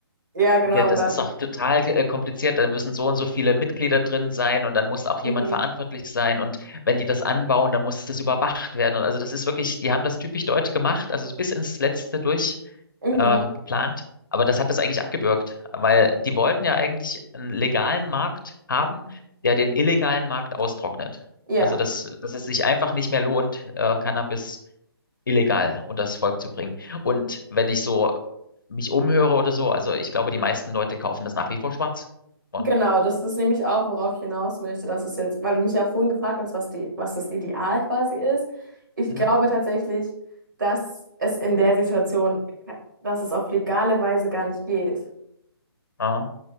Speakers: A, on the right (about 50°); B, on the left (about 50°).
A: ja genau,
B: der- das
A: und dann,
B: ist auch total äh, kompliziert. Da müssen so und so viele Mitglieder drin sein und dann muss auch
A: mhm,
B: jemand verantwortlich sein und wenn die das anbauen, dann muss das überwacht werden. Also das ist wirklich, die haben das typisch deutsch gemacht, also bis ins Letzte durch
A: mhm,
B: äh, geplant. Aber das hat das eigentlich abgebürgt, weil die wollten ja eigentlich einen legalen Markt haben, der den illegalen Markt austrocknet.
A: ja,
B: Also dass, dass es sich einfach nicht mehr lohnt, äh, Cannabis illegal unter das Volk zu bringen. Und wenn ich so mich umhöre oder so, also ich glaube, die meisten Leute kaufen das nach wie vor schwarz. Und,
A: genau, das ist nämlich auch, worauf ich hinaus möchte, dass es jetzt, weil du mich ja vorhin gefragt hast, was die, was das Ideal quasi ist. Ich
B: mhm,
A: glaube tatsächlich, dass es in der Situation, dass es auf legale Weise gar nicht geht.
B: ah,